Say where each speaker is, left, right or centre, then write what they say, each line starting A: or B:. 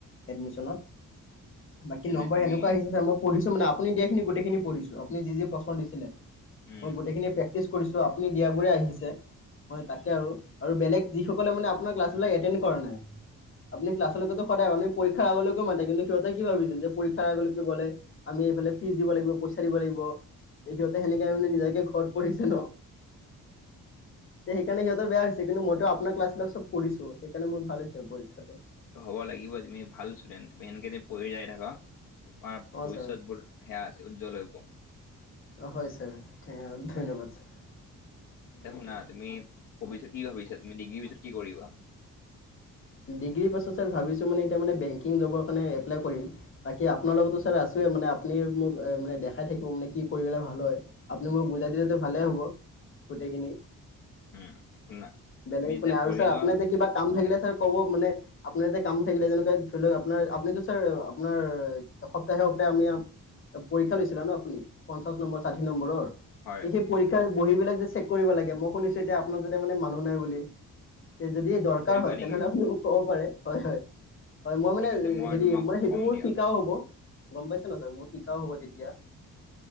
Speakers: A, on the left (about 35°); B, on the left (about 60°).
A: এডমিশনত। বাকী নম্বৰ
B: এনে তুমি
A: এনেকুৱা আহিছে ছাৰ, মই পঢ়িছো মানে আপুনি দিয়াখিনি গোটেইখিনি পঢ়িছো, আপুনি যি যি প্ৰশ্ন দিছিলে।
B: উম
A: মই গোটেইখিনি প্ৰেক্টিচ কৰিছোঁ, আপুনি দিয়াবোৰে আহিছে। হয় তাকে আৰু, আৰু বেলেগ যিসকলে মানে আপোনাৰ ক্লাছ বিলাক এটেণ্ড কৰা নাই। আপুনি ক্লাছলৈকেটো সদায় মাতে, পৰীক্ষা আগলৈকে মাতে কিন্তু সিহঁতে কি ভাবিছে যে পৰীক্ষা আগলৈকে গ'লে- আমি এইফালে ফিজ দিব লাগিব, পইচা দিব লাগিব। যে সিহঁতে সেনেকে মানে নিজাকে ঘৰত পঢ়িছে ন। তে সেইকাৰণে সিহঁতৰ বেয়া হৈছে। কিন্তু, মইটো আপোনাৰ ক্লাছবিলাক চ'ব পঢ়িছো। সেইকাৰণে মোৰ ভাল হৈছে পৰীক্ষাটোত।
B: হ'ব লাগিব। তুমি ভাল ষ্টুডেণ্ট এনেকে যদি পঢ়ি যায় থাকা তোমাৰ
A: অঁ
B: ভৱিষ্যত
A: ছাৰ
B: বোৰ সেয়া আছে, উজ্বল হ'ব।
A: হয় ছাৰ, ধন্যবাদ ছাৰ।
B: এ
A: এইটো
B: শুনা তুমি ভবিষ্যচত কি ভাবিছা, তুমি ডিগ্ৰী পিছত কি কৰিবা।
A: ডিগ্ৰী পাছত ভাবিছোঁ মানে এতিয়া মানে বেংকিং জবৰ কাৰণে এপ্লাই কৰিম। বাকী আপোনাৰ লগতো ছাৰ আছোৱে মানে আপুনি মোক মানে দেখাই থাকিব। মানে কি কৰি গ'লে ভাল হয়। আপুনি মোক বুজাই দিলেতো ভালে হ'ব গোটেইখিনি।
B: উম শুনা
A: বেলেগ
B: তুমি
A: একো
B: এতিয়া
A: নাই আৰু
B: পঢ়ি
A: ছাৰ
B: যোৱা
A: আপোনাৰ যে কিবা কাম থাকিলে ছাৰ ক'ব মানে। আপোনাৰ কাম থাকিলে যেনেকুৱে ধৰি লওঁক আপোনাৰ আপনিতো ছাৰ আপোনাৰ এসপ্তাহে সপ্তাহ আমি পৰীক্ষা লৈছিলে না আপুনি পঞ্চাছ নম্বৰ, ষাঠি নম্বৰৰ।
B: হয়
A: দে সেই পৰীক্ষাৰ বহী বিলাক যে চেক কৰিব লাগে মই শুনিছোঁ এতিয়া আপোনাৰ যাতে মানে মানুহ নাই বুলি। তে যদি দৰকাৰ
B: কৰিবা
A: হয়। তেনেহ'লে
B: নেকি
A: আপুনি ক'ব পাৰে, হয়, হয়, হয়। মই মানে
B: ঠিক আছে মই
A: হেৰি
B: তোমাক
A: মানে সেইটো
B: কম
A: মোৰ
B: দিয়া
A: শিকাওঁ হ'ব। গ'ম পাইছানে নহ ছাৰ মোৰ শিকাওঁ হ'ব তেতিয়া।